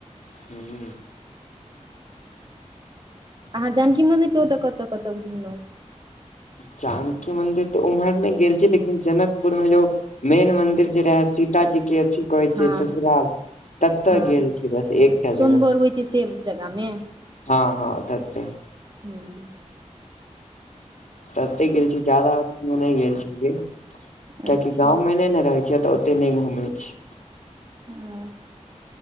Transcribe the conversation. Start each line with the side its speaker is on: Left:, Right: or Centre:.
Left: हू
Right: अहाँ जानकी मन्दिर के ओतऽ कतहु कतहु घुमलहुँ
Left: जानकी मंन्दिर तऽ उम्हर नहि गेल छी लेकिन जनकपुर मे जो मेन मन्दिर जे रहै सीताजीे अथी कहैत
Right: हँ
Left: छै ससुराल तत्तऽ
Right: हँ
Left: गेल छी बस एकटा
Right: सोमबर
Left: जगह
Right: होइ छै से जगहमे
Left: हँ हँ ततै
Right: हूँ
Left: तऽ ओते गेल छी जादा अ मे नहि गेल छियै कियकि
Right: अच्छा
Left: गाँव मे नहि ने रहै छिय तऽ नहि घुमै छी
Right: हँ